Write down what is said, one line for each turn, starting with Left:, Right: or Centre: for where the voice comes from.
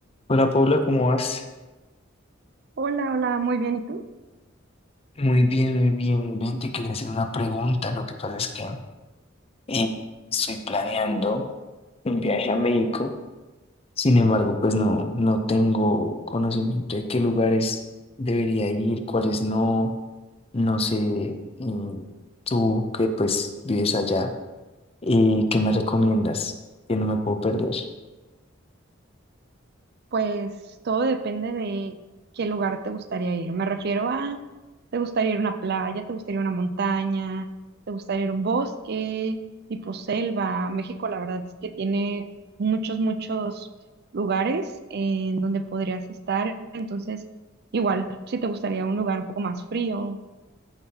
Left: Hola Paula, ¿cómo vas?
Right: Hola, hola, muy bien. ¿Y tú?
Left: Muy bien, muy bien. Ven, te quería hacer una pregunta. Lo que pasa es que eh, estoy planeando un viaje a México. Sin embargo, pues no, no tengo conocimiento de qué lugares debería ir, cuáles no. No sé, eh, tú que pues vives allá, eh, ¿qué me recomiendas? Que no me puedo perder.
Right: Pues todo depende de qué lugar te gustaría ir. Me refiero a, ¿te gustaría ir a una playa? ¿Te gustaría ir a una montaña? ¿Te gustaría ir a un bosque tipo selva? México, la verdad es que tiene muchos, muchos lugares en donde podrías estar. Entonces, igual, si te gustaría un lugar un poco más frío,